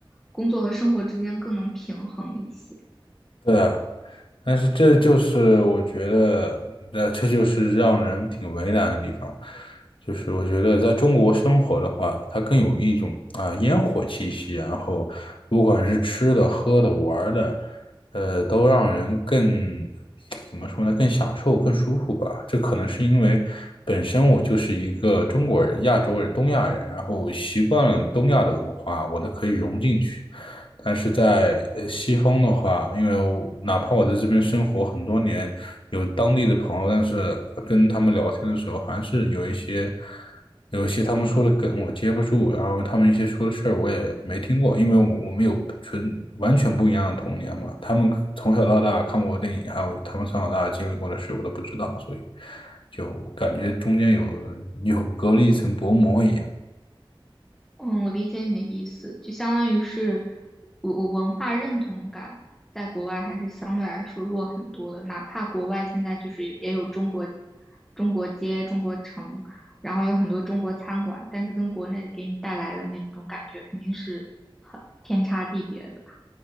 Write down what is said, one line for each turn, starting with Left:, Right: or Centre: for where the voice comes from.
Centre: 工作和生活之间更能平衡一些。
Left: 对啊。但是这就是我觉得，那这就是让人挺为难的地方，就是我觉得在中国生活的话，它更有一种啊烟火气息，然后不管是吃的、喝的、玩儿的，呃，都让人更怎么说呢，更享受、更舒服吧。这可能是因为本身我就是一个中国人、亚洲人、东亚人，然后习惯了东亚的文化，我呢可以融进去。但是在呃西方的话，因为我哪怕我在这边生活很多年，有当地的朋友，但是跟他们聊天的时候，还是有一些有一些他们说的梗我接不住，然后他们一些说的事儿我也没听过，因为我我们有纯完全不一样的童年嘛，他们从小到大看过的电影，还有他们从小到大经历过的事，我都不知道，所以就感觉中间有呃有隔了一层薄膜一样。
Centre: 嗯，我理解你的意思，就相当于是我我文化认同感在国外还是相对来说弱很多的，哪怕国外现在就是也有中国中国街、中国城，然后有很多中国餐馆，但是跟国内给你带来的那种感觉肯定是很天差地别的吧，